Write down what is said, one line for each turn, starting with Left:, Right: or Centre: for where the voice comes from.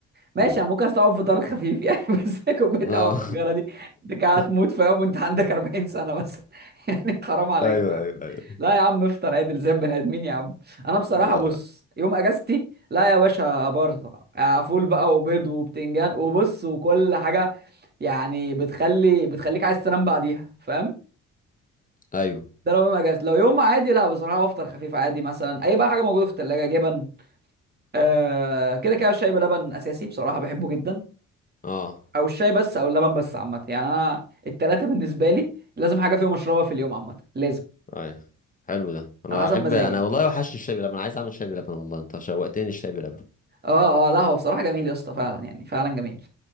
Right: ماشي
Left: امم
Right: انا ممكن استوعب فطار خفيف يعني <laughs> بس كوباية
Left: اه
Right: قهوة وسجارة دي انت قاعد تموت
Left: <laughs>
Right: فيهم وانت عندك 40 سنة بس <laughs> يعني حرام عليك
Left: ايوه ايوه ايوه
Right: لا يا عم افطر عدل زي البني ادمين يا عم انا بصراحه
Left: لا
Right: بص
Left: لا
Right: يوم اجازتي لا يا باشا ابرطع فول بقى وبيض وبتنجان وبص وكل حاجه يعني بتخلي بتخليك عايز تنام بعديها فاهم
Left: ايوه
Right: ده لو يوم اجازتي لو يوم عادي لا بصراحه بفطر خفيف عادي مثلا اي بقى حاجه موجوده في الثلاجه جبن آه كده كده الشاي بلبن اساسي بصراحه بحبه جدا
Left: اه
Right: او الشاي بس او اللبن بس عامه يعني انا التلاته بالنسبه لي لازم حاجه فيهم اشربها في اليوم عامه لازم
Left: ايوه حلو ده انا
Right: على حسب
Left: بحب
Right: مزاجي
Left: انا
Right: يعني.
Left: والله وحشني الشاي بلبن انا عايز اعمل شاي بلبن والله انت شوقتني الشاي بلبن
Right: اه اه لا هو بصراحه جميل يا اسطى فعلا يعني فعلا جميل